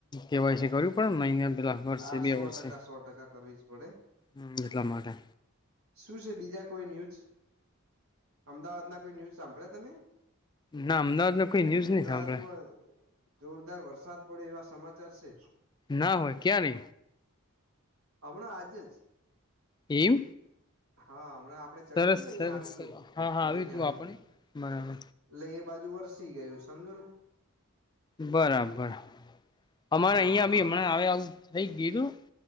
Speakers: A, on the left (about 20°); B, on the right (about 75°).
A: કેવાય છે કર્યું પડેને નને પેલા વર્ષે
B: આ
A: બે
B: સો
A: વર્ષે
B: ટકા સો ટકા કરવી જ પડે
A: હમ એટલા માટે
B: શું છે બીજા કોઈ ન્યૂઝ અમદાવાદ ના કોઈ ન્યૂઝ સાંભળ્યા તમે
A: ના અમદાવાદમાં કોઈ ન્યૂઝ
B: અમદાવાદમાં
A: નહી સાંભળે
B: જોરદાર વરસાદ પડે એવા સમાચાર છે
A: ના હોય ક્યાંરે
B: હમણાં આજે જ
A: એમ
B: હા હમણા આપડે ચડ્યું
A: સરસ
B: તું ને અહિયાં
A: સરસ
B: આવ્યું તું
A: હા હા
B: ચડીને આવ્યું
A: આપણે
B: તું
A: બરાબર
B: લે એ બાજુ વરસી ગયું સમજો ને
A: બરાબર અમારે
B: હા
A: અહીયાં બી હમણાં આવે આવું થઈ ગીું